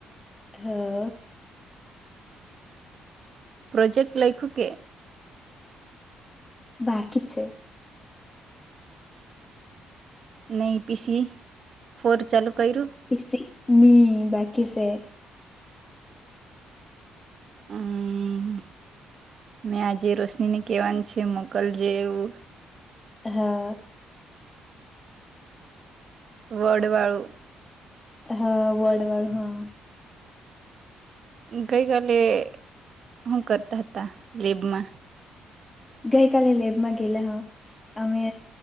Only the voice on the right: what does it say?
પ્રોજેક્ટ લઈખુ કે.
ન ઇ પીસી ફોર ચાલુ કર્યુ.
આ મેં આજે રોશનીને કહેવાની છે મોકલ જે એવુ
વડવાળુ
ગઈકાલે હું કરતા હતા લેબમા